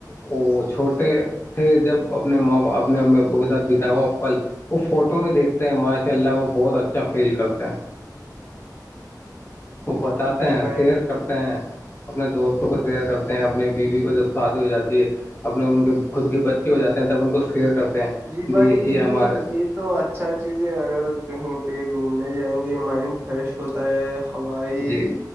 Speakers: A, on the left; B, on the right.
A: وہ چھوٹے تھے جب اپنے ماں باپ اپنے امی ابو کے ساتھ بتا ہوا پل وہ فوٹو میں دیکھتے ہیں ماشاء اللہ وہ بہت اچھا فیل کرتے ہیں وہ بتاتے
B: جی
A: ہیں
B: بھائی
A: شئر
B: بالکل
A: کرتے ہیں اپنے دوستوں کو شیئر کرتے ہیں اپنی بیوی کو جو شادی ہو جاتی ہے اپنے ان کے خود کے بچے ہو جاتے ہیں تب ان کو سیر کرتے ہیں
B: جی
A: دیکھیے
B: بھائی
A: ہمارے
B: یہ تو اچھا چیز ہے اگر کہیں پہ گھومنے جائیں گے مائنڈ فریش ہوتا ہے ہوائی
A: جی